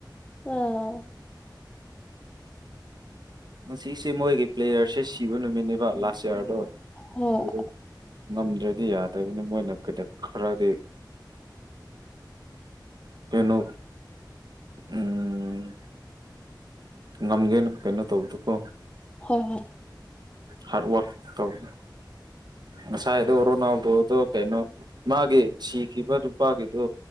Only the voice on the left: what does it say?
ꯑ
ꯍꯣꯏ
ꯍꯣꯏ ꯍꯣꯏ